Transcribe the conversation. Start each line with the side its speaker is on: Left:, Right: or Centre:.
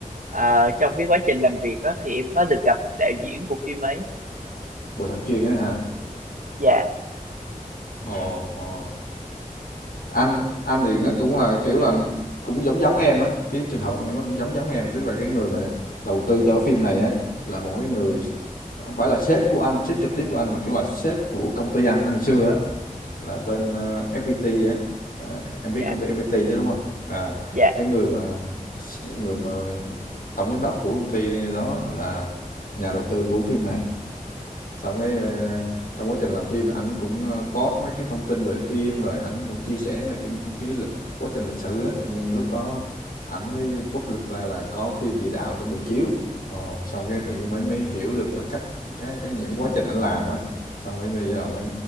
Right: ờ, trong cái quá trình làm việc á, thì em có được gặp đạo diễn của phim ấy.
Left: Bộ thật chuyên á hả?
Right: Dạ,
Left: Ồ, ồ. Anh anh thì nó cũng là kiểu là cũng giống giống em á, cái trường hợp nó cũng giống giống em, tức là cái người mà đầu tư cho cái phim này á là một cái người không phải là sếp của anh, sếp trực tiếp của anh mà kiểu là sếp của công ty anh á, hồi xưa á là bên ờ, FPT á. Ờ, em
Right: dạ,
Left: biết công ty FPT chứ đúng không? À,
Right: dạ,
Left: cái người mà người mà tổng giám đốc của công ty đó là nhà đầu tư của phim này xong cái ờ, trong quá trình làm phim ảnh cũng ờ, post mấy cái thông tin về phim rồi ảnh cũng chia sẻ về cái, cái lịch quá trình lịch sử á tự nhiên lúc đó ảnh mới public ra là có phim địa đạo chuẩn bị chiếu Ồ, xong cái tự nhiên mới mới hiểu được là cách cái cái những quá trình ảnh làm á xong cái bây giờ mới